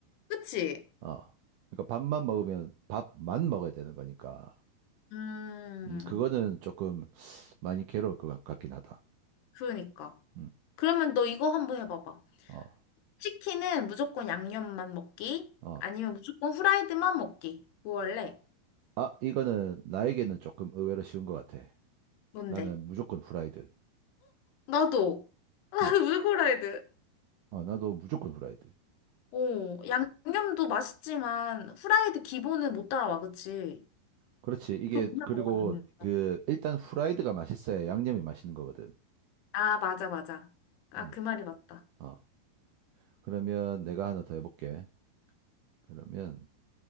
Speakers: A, on the left; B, on the right.
A: 그치?
B: 어. 그러니까 밥만 먹으면 밥만 먹어야 되는 거니까.
A: 음
B: 음, 그거는 조금 많이 괴로울 것 같- 같긴 하다.
A: 그러니까.
B: 음,
A: 그러면 너 이거 한번 해봐봐.
B: 어,
A: 치킨은 무조건 양념만 먹기
B: 어.
A: 아니면 무조건 후라이드만 먹기. 뭐 할래?
B: 아, 이거는 나에게는 조금 의외로 쉬운 것 같아.
A: 뭔데?
B: 나는 무조건 후라이드.
A: 나도 <laughs> 나도
B: 음,
A: 무조건 후라이드.
B: 어, 나도 무조건 후라이드.
A: 오 양념도 맛있지만 후라이드 기본은 못 따라와 그치?
B: 그렇지. 이게,
A: 그거 맨날
B: 그리고
A: 먹어야 되는
B: 그, 일단 후라이드가 맛있어야 양념이 맛있는 거거든.
A: 아 맞아 맞아. 아
B: 음.
A: 그 말이 맞다.
B: 어. 그러면 내가 하나 더 해볼게. 그러면,